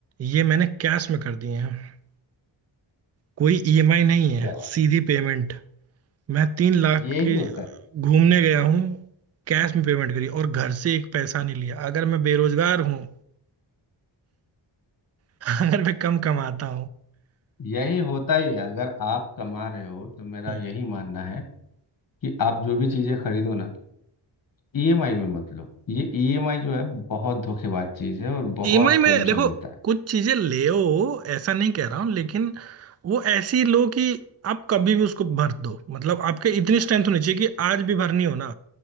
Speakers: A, on the right; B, on the left.
A: ये मैंने कैश में खरीदी हैं कोई ईएमआई नहीं है
B: क्या बात
A: सीधी पेमेंट मैं तीन लाख
B: यही
A: की
B: होता है
A: घूमने गया हूँ कैश में पेमेंट करी और घर से एक पैसा नहीं लिया अगर मैं बेरोजगार हूँ <laughs> अगर मैं कम कमाता
B: यही होता ही है अगर आप कमा रहे हो तो मेरा
A: हूँ
B: यही मानना है कि आप जो भी चीज़ें खरीदो ना ईएमआई में मत लो ये ईएमआई जो है बहुत धोखेबाज चीज़ है और बहुत
A: ईएमआई में
B: टेंशन
A: देखो
B: देता है
A: कुछ चीजें ले ओ ऐसा नहीं कह रहा हूँ लेकिन वो ऐसी लो कि आप कभी भी उसको भर दो मतलब आपके इतनी स्ट्रेंथ होनी चाहिए कि आज भी भरनी हो ना